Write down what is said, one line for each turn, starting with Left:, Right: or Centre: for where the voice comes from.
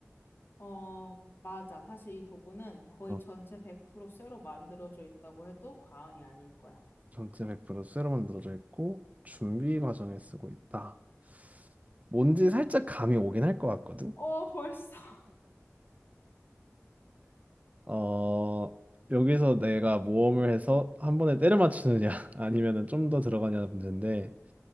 Left: 어, 맞아. 사실 이 도구는 거의
Right: 어,
Left: 전체 100% 쇠로 만들어져 있다고 해도 과언이 아닐 거야.
Right: 전체 100% 쇠로 만들어져 있고 준비 과정에 쓰고 있다. 뭔지 살짝 감이 오긴 할 것 같거든?
Left: 어, 벌써. <laughs>
Right: 어, 여기서 내가 모험을 해서 한 번에 때려 맞추느냐 <laughs> 아니면은 좀 더 들어가냐는 문제인데